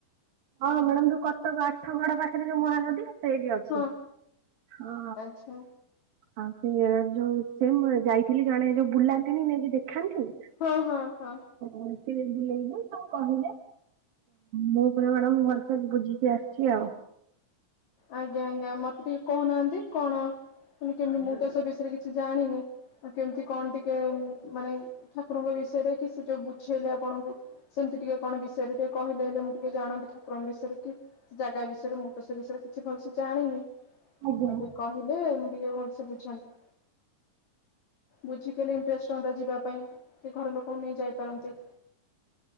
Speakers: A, on the right (about 80°); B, on the left (about 55°).
A: ହଁ ମ୍ୟାଡ଼ାମ ଯୋଉ କଟକ ଆଠ ଗଡ ପାଖରେ ଯୋଉ ମହାନଦୀ ସେଇଠି ଅଛି
B: ହଁ
A: ହଁ।
B: ଆଚ୍ଛା
A: ଆଉ ସିଏ ଯୋଉ ସେମ ଯାଇଥିଲି ଜଣେ ଯୋଉ ବୁଲାନ୍ତିନି ନେଇକି ଦେଖାନ୍ତି
B: ହଁ ହଁ ହଁ।
A: ହିଥିରେ ବୁଲେଇବ ତାଙ୍କୁ କହିଲେ ମୁଁ ପୁରା ମ୍ୟାଡ଼ାମ ଭଲସେ ବୁଝିକି ଆସିଛି ଆଉ।
B: ଆଜ୍ଞା ଆଜ୍ଞା ମତେ ଟିକେ କହୁନାହାନ୍ତି କଣ? ତମେ କେମତି ମୁଁ ଦୋଷ ବିଷୟରେ କିଛି ଜାଣିନି ଆଉ କେମିତି କଣ ଟିକେ ମାନେ ଠାକୁରଙ୍କ ବିଷୟରେ କି ସେ ଯୋଉ ବୁଝେଇଲେ ଆପଣଙ୍କୁ ସେମିତି ଟିକେ କଣ ବିଷୟରେ ଟିକେ କହିଲେ ହେଲେ ମୁଁ ଟିକେ ଜାଣନ୍ତି ଠାକୁରଙ୍କ ବିଷୟରେ କି ସେ ଜାଗା ବିଷୟରେ ମୁଁ ତ ସେ ବିଷୟରେ କିଛି ଭଲସେ ଜାଣିନି ଆଉ
A: ଆଜ୍ଞା
B: ଟିକେ କହିଲେ ମୁଁ ଟିକେ ଭଲସେ ବୁଝନ୍ତି। ବୁଝିଥିଲେ ଇଣ୍ଟଷ୍ଟ ହୁଅନ୍ତା ଯିବା ପାଇଁ କି ଘର ଲୋକଙ୍କୁ ନେଇ ଯାଇପାରନ୍ତି।